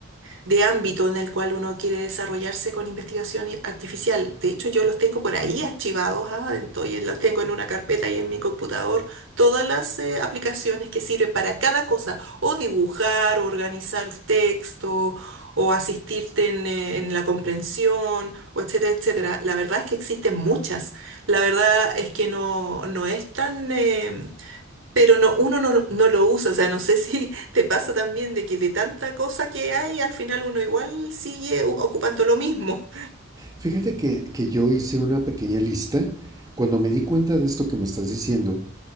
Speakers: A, on the right; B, on the right.
A: de ámbito en el cual uno quiere desarrollarse con investigación i- artificial. De hecho, yo los tengo por ahí archivados, ah, entonces los tengo en una carpeta y en mi computador, todas las eh, aplicaciones que sirven para cada cosa, o dibujar, o organizar texto, o asistirte en, eh, en la comprensión, o etcétera, etcétera. La verdad es que existen muchas. La verdad es que no, no es tan... eh, pero no, uno no, no lo usa, o sea, no sé si <laughs> te pasa también de que de tanta cosa que hay, al final uno igual sigue u- ocupando lo mismo.
B: Fíjate que, que yo hice una pequeña lista. Cuando me di cuenta de esto que me estás diciendo,